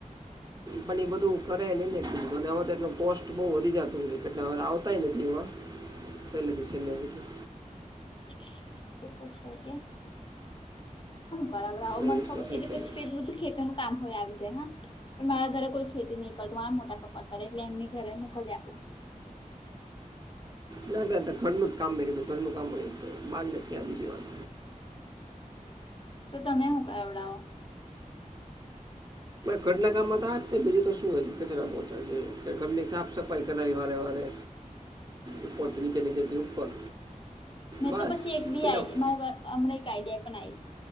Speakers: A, on the right; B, on the left.
A: પણ એ બધું કરે નઈ કે કીધું અને હવે તો, એટલો કોસ્ટ બહુ વધી જતો એટલે હવે આવતાય નથી એમાં. પેલેથી છેલ્લે સુધી.
B: <unintelligible> તમે શું કરાવડાવે
A: એ
B: મને
A: રીતનું
B: ખબર
A: છે
B: એટલે
A: અત્યારે
B: પછી બધું ખેતરનું કામ હોય આવી જાય, હા. પણ મારા ઘરે કોઈ ખેતી નહી કરતું આમ મોટા પાયે એટલે એમની ઘરે મોકલી આપું.
A: ના, ના ઘરનું જ કામ મેં કીધું, ઘરનું કામ હોય બહાર નથી આ બીજી વાત.
B: તો તમે શું કેવડાવઓ.
A: ઘરના કામમાં તો આજ છે બીજું તો શુંચ છે કે ઘરની સાફ સફાઈ કદાાય વારે વારે. ઉપોર થી નીચે નીજથી ઉપર.
B: મેં
A: બસ
B: તો પછી એક બી
A: ઇનફ
B: આ હમણાં એક આઈડિયા પણ આવ્યો.